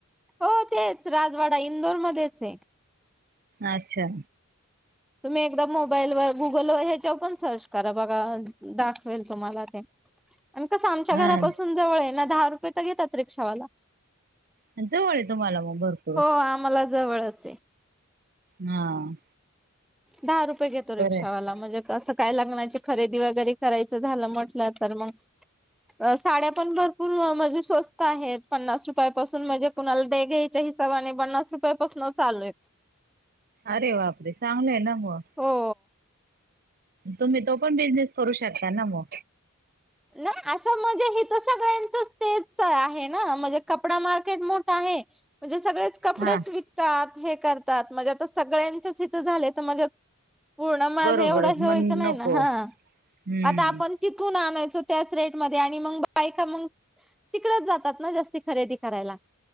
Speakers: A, in the centre; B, on the right.
A: हो तेच. राजवाडा इंदोरमध्येचये.
B: अच्छा!
A: तुम्ही एकदा मोबाईल व गुगलवर ह्याच्यावर पण सर्च करा बघा. दाखवेल तुम्हाला ते. आणि कसं आमच्या
B: हा
A: घरापासून जवळ आहे ना. दहा रुपये तर घेतात रिक्षावाला.
B: अन जवळे तुम्हाला मग भरपूर.
A: हा आम्हाला जवळचये.
B: हां.
A: दहा रुपये घेतो रिक्षावाला.
B: आहे
A: म्हणजे कसं काय लग्नाची खरेदी, वगैरे करायचं झालं, म्हटलं तर मंग अ साड्या पण भरपूर, म्हजे स्वस्त आहेत, पन्नास रुपयापासून म्हजे कुणाल द्याय-घ्यायच्या हिसाबाने, पन्नास रुपयापासनं चालुयेत
B: अरे बापरे, चांगलंय ना, म.
A: हो.
B: तुम्ही, तो पण बिझनेस करू शकता ना, म?
A: ना, असं म्हणजे, हितं सगळ्यांचच तेच आहे ना, म्हनजे कपडा मार्केट मोठ् आहे. म्हनजे सगळेच कपडेच
B: हा
A: विकतात, हे करतात, म्हणजे आता सगळ्यांच्याच, इथं झाले त, म्हणजे हो ना, माझं
B: बरोबरच
A: एवढं हेे व्हायचं
B: मण
A: नाई
B: नको
A: ना, हां
B: हम्म
A: आता आपण तिथून आणाय चो, त्याच रेटमधे, आणी मंग बायका मंग तिकडंच जातात ना, जास्ती खरेदी करायला.